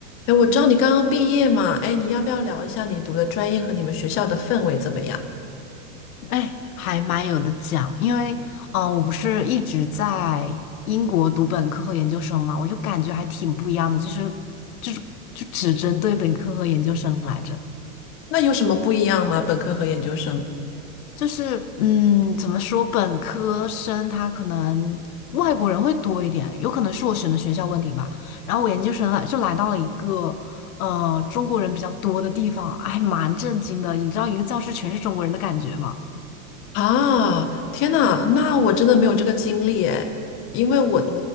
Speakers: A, on the left (about 30°); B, on the left (about 80°).
A: 哎，我知道你刚刚毕业嘛，哎，你要不要聊一下你读的专业和你们学校的氛围怎么样？
B: 哎，还蛮有的讲，因为嗯、呃我不是一直在英国读本科和研究生嘛，我就感觉还挺不一样的，就是就是就只针对本科和研究生来着，
A: 那有什么不一样吗？本科和研究生？
B: 就是嗯，怎么说，本科生他可能外国人会多一点，有可能是我选的学校问题吧，然后我研究生来就来到了一个。呃，中国人比较多的地方，还蛮震惊的。你知道一个教室全是中国人的感觉吗？
A: 啊，天呐，那我真的没有这个经历诶，因为我的